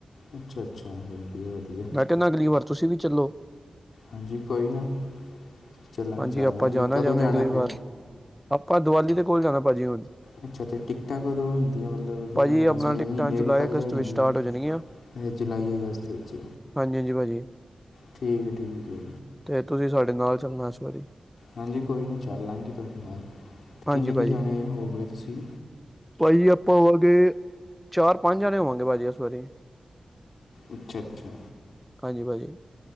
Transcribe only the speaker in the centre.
ਮੈਂ ਕਹਿੰਦਾ ਅਗਲੀ ਵਾਰ ਤੁਸੀਂ ਵੀ ਚੱਲੋ?
ਹਾਂਜੀ
ਆਪਾਂ ਜਾਣਾ
ਜਾਵੇਂ ਅਗਲੀ
ਵਾਰ ਆਪਾਂ ਦੀਵਾਲੀ ਦੇ ਕੋਲ ਜਾਣਾ ਭਾਜੀ ਹੁਣ।
ਭਾਜੀ
ਆਪਣਾ
ਟਿਕਟਾਂ
ਜੁਲਾਈ
ਅਗਸਤ
ਵਿੱਚ ਸਟਾਰਟ ਹੋ ਜਾਣਗੀਆਂ
ਹਾਂਜੀ ਹਾਂਜੀ ਭਾਜੀ
ਤੇ ਤੁਸੀਂ ਸਾਡੇ ਨਾਲ ਚੰਨਾਸ਼ਵਰੀ <inaudible>
ਹਾਂਜੀ
ਭਾਜੀ
ਭਾਜੀ ਆਪਾਂ ਹੋਵਾਂਗੇ ਚਾਰ ਪੰਜ ਜਾਣੇ ਹੋਵਾਂਗੇ ਭਾਜੀ ਇਸ ਵਾਰੀ।
ਹਾਂਜੀ ਭਾਜੀ।